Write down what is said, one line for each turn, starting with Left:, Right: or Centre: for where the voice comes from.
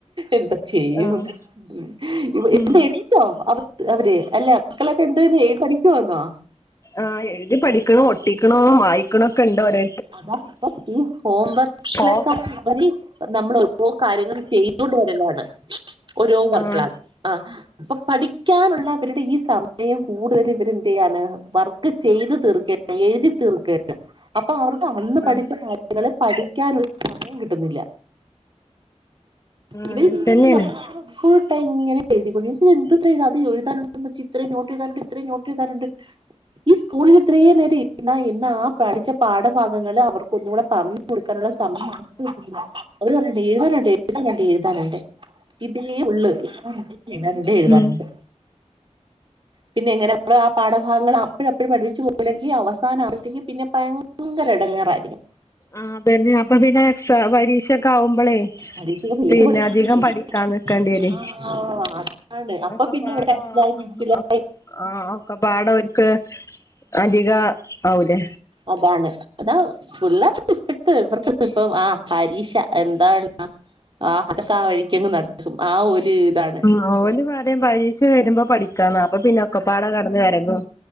Right: എന്തും ചെയ്യും
Left: ആഹ്
Right: ഉം ഇവിടെ
Left: ഉം
Right: എടി റ്റോ അവര് അല്ല മക്കളൊക്കെ എന്തോ ചെയ്യുന്ന പഠിക്കുവാന്നോ?
Left: ആഹ് എഴുതി പഠിക്കണോ, ഒട്ടിക്കണോ, വായിക്ക്ണൊക്കെ ഇണ്ടോര്
Right: അതാ ഇപ്പം ഈ ഹോംവർക്ക്കളെ
Left: ഫോക്കസ്
Right: കാട്ടി ഉപരി നമ്മള് ഓരോ കാര്യങ്ങൾ ചെയ്തോണ്ട് വരലാണ് ഓരോ വർക്ക്കള്
Left: ആഹ്
Right: ആഹ് ഇപ്പൊ പഠിക്കാനുള്ള അവരുടെ ഈ സമയം കൂടുതലും ഇവരെ എന്ത് ചെയ്യാണ് വർക്ക് ചെയ്ത് തീർക്ക എഴുതി തീർക്കേണ്ട് അപ്പൊ അവർക്ക് അന്ന്
Left: ആഹ്
Right: പഠിച്ച കാ ര്യങ്ങള് പഠിക്കാനൊരു സമയം കിട്ടുന്നില്ല ഇതിങ്ങനെ
Left: അങ്ങനെ തന്നെയാണ്
Right: നമ്മള് അവരെപ്പോയും കള് ഇങ്ങനെ എഴുതി കൊണ്ടിരിക്കും ഇത് എന്തൂട്ട അത് എഴുതാനുണ്ട് ഇത്രയും നോട്ട് എഴുതാനുണ്ട് ഇത്രയും നോട്ട് എഴതാനുണ്ട് ഈ സ്കൂളില് ഇത്രയും നേരം ഇരുന്ന എന്ന ആ പഠിച്ച പാഠഭാഗങ്ങള് അവർക്കൊന്നൂടെ പറ ഞ്ഞ് കൊടുക്കാനുള്ള സമയംണ്ട് അവര് പറയുന്ന എഴുതാനുണ്ട് എഴുതാനുണ്ട് എഴുതാനുണ്ട് ഇതേ ഒള്ള് എന്നും എഴുതാന്ണ്ട് എഴുതാറുണ്ട്
Left: ഉം
Right: പിന്നെ എങ്ങനെ നമ്മള് ആ പാഠഭാഗങ്ങൾ അപ്പഴപ്പഴ് പഠപ്പിച്ചു പോയില്ലെങ്കി അവസാനാവുമ്പത്തേക്കും പിന്നെ ഭയങ്കര എടങ്ങോറായിരിക്കും
Left: ആഹ് അതന്നെ അപ്പൊ പിന്നെ എക്സാം പരീക്ഷ ഒക്കെ ആവുമ്പളേ
Right: പരീക്ഷകൾ
Left: പിന്നെ
Right: ഏത് പഠിപ്പിക്കും
Left: അധികം
Right: ഏത്
Left: പഠിക്കാ ക്കാൻ നിക്കണ്ടി വരുവെ
Right: ആ അതാണ് അപ്പൊ
Left: ഒക്കപാടേ
Right: പിന്നെ ഇവിടെ മനസ്സിലായി
Left: ആഹ്
Right: മനസ്സിലായി
Left: അത് ഒക്കപാടെ ഓൽക്ക് അധികാവൂലേ?
Right: അതാണ് അതാവും ഫുള്ള ഇട്ട് ഇവർക്ക് ഇപ്പം ആഹ് പരീക്ഷ എന്താണ് എഴുത ആ അതൊ ക്കെ വഴിക്കങ്ങ് നടത്തും ആ ഒരു ഇതാണ്
Left: ആഹ് ഓല് പറയ പരീക്ഷ വരുമ്പോ പഠിക്കാന്ന അപ്പൊ പിന്നെ ഒക്കപ്പാടെ കെടന്ന് വരകും